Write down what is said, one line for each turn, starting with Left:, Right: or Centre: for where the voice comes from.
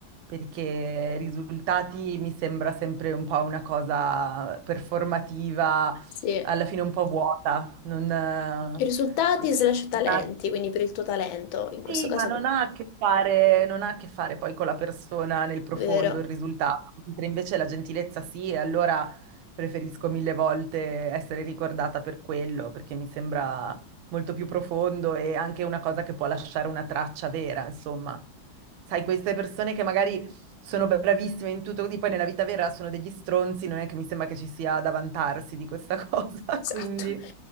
Right: perché risultati mi sembra sempre un po' una cosa performativa,
Left: Sì, i
Right: alla fine un po' vuota, non, eh,
Left: risultati slash talenti,
Right: una-
Left: quindi per il tuo talento, in questo
Right: sì,
Left: caso,
Right: ma non
Left: è
Right: ha a che fare, non ha a che fare poi con la persona nel profondo,
Left: vero,
Right: il risultato, mentre invece la gentilezza sì, e allora preferisco mille volte essere ricordata per quello, perché mi sembra molto più profondo e anche una cosa che può lasciare una traccia vera, insomma. Sai, queste persone che magari sono bravissime in tutto così, poi nella vita vera sono degli stronzi, non è che mi sembra che ci sia da vantarsi di questa <laughs> cosa,
Left: esatto,
Right: quindi...